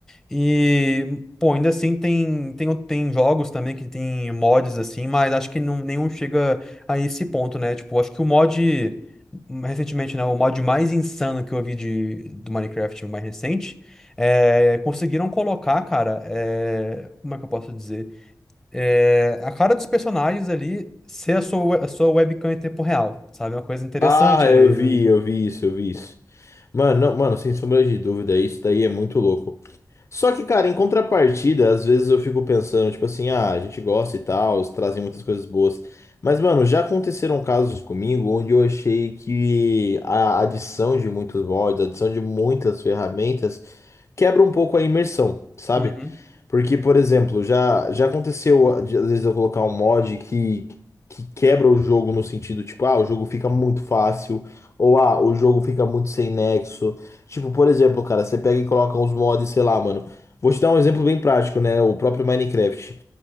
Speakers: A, in the centre; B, on the left.
A: E Pô, ainda assim tem, tem, o- tem jogos também que tem mods assim, mas acho que não, nenhum chega a esse ponto, né? Tipo, acho que o mod, recentemente, né? O mod mais insano que eu vi de, do Minecraft mais recente, é, conseguiram colocar, cara, é, como é que eu posso dizer? É, a cara dos personagens ali ser a sua, we- a sua webcam em tempo real, sabe? Uma coisa interessante
B: Ah,
A: ali.
B: eu vi,
A: né?
B: eu vi isso, eu vi isso. Mano, não- mano, sem sombra de dúvida, isso daí é muito louco. Só que, cara, em contrapartida, às vezes eu fico pensando, tipo assim, ah, a gente gosta e tal, eles trazem muitas coisas boas. Mas, mano, já aconteceram casos comigo onde eu achei que a adição de muitos mods, a adição de muitas ferramentas, quebra um pouco a imersão, sabe?
A: Uhum.
B: Porque, por exemplo, já, já aconteceu de, às vezes eu colocar um mod que, que quebra o jogo no sentido, tipo, ah, o jogo fica muito fácil, ou ah, o jogo fica muito sem nexo. Tipo, por exemplo, cara, você pega e coloca uns mods, sei lá, mano. Vou te dar um exemplo bem prático, né? O próprio Minecraft.